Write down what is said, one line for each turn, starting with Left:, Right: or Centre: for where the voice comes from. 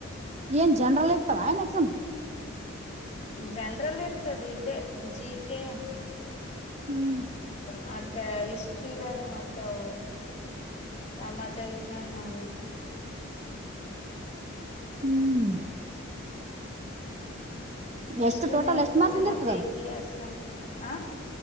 Right: ಏನ್ ಜನ್ರಲ್ ಇರ್ತಾವ ಏನ್ ಎಕ್ಸಮ್
Left: ಹ್ಮ್ ಜನ್ರಲ್ ಇರ್ತದ ಇದೇ ಜಿ ಕೆ
Right: ಹ್ಮ್
Left: ಮತ್ತೆ ಹಿಸ್ಟ್ರಿದಾಗ ಮತೇವ್ ಸಮಾಜ ವಿಜ್ಞಾನ ಅವೇ
Right: ಹ್ಮ್
Left: ಹಿಸ್ಟ್ರಿನೇ
Right: ಎಷ್ಟು ಟೋಟಲ್
Left: ಇರ್ತದ
Right: ಎಷ್ಟು ಮಾರ್ಕ್ಸಿಂದ
Left: ಮತ್ತೆ
Right: ಅದು
Left: ಇತಿಹಾಸ ಹ